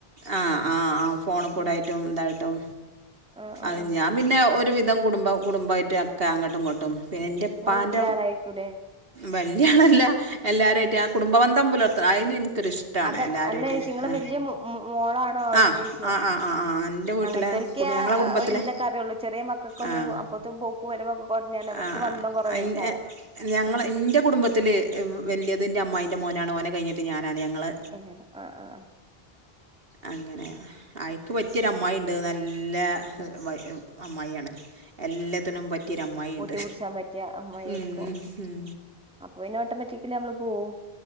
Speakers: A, on the right; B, in the centre.
A: ആ ആ ആ ഫോണു കൂടായ്ട്ടും
B: ആഹ്
A: ഇതായ്ട്ടും
B: ആഹ് ആഹ്
A: അഹ്
B: ആഹ്
A: ഞ പിന്നെ ഒര് വിധം കുടുംബം കുടുംബായിട്ട് അക്ക അങ്ങട്ടും ഇങ്ങട്ടും പിന്നെ ൻ്റെപ്പാൻ്റെ
B: നിങ്ങള് വല്യ ആളായിരിക്കൂല്ലേ
A: വല്യ ആളല്ല എല്ലാരുആയിട്ടെ
B: ആഹ്
A: ആ കുടുംബ ബന്ധം പുലർത്ത അയ്ന് ൻ ക്കരുഷ്ട്ടാണ്
B: അത്
A: എല്ലാരുആയ്ട്ട്
B: അല്ല ചേച്ചി നിങ്ങള്
A: ആ
B: വല്യ മോ മോളാണോ അവിടുത്തേച്ചിയ
A: ആ ആ ആ ആ ആ ന്റെ വീട്ട്ലെ
B: അങ്ങനത്തോൽക്കെ
A: കുടി
B: ആഹ്
A: ഞങ്ങള കുടുംബത്തിലെ
B: ഒരുവിധൊക്കെ അറിയുള്ളൂ ചെറിയ മക്കൾക്കൊന്നും
A: ആഹ്
B: അപ്പത്തും പോക്ക് വരവൊക്കെ കുറഞ്ഞാണ് അവർക്ക്
A: ആ
B: വന്തം കുറവേക്കാരം
A: ഇൻ എ ഞങ്ങള
B: ആഹ്
A: ഇന്റെ കുടുംബ ത്തില് വല്യത് ന്റെ അമ്മായിന്റെ മോനാണ് ഓനെ കഴ്ഞ്ട്ട് ഞാനാണ് ഞങ്ങള്
B: ഏ ആആ ആ
A: അങ്ങനെ അയ്ക്ക് പറ്റിയൊര് അമ്മായിണ്ട് നല്ല വയ് അമ്മായിയാ എല്ലത്തിനും പറ്റിയൊര്
B: ഉം
A: അമ്മായിണ്ട്
B: കൂട്ടി പിടിച്ചാൻ പറ്റിയ അമ്മായിയായിരിക്കും
A: ഉം ഉം
B: അപ്പൊ പിന്നെ ഓട്ടോമാറ്റിക്കലി നമ്മള് പോവും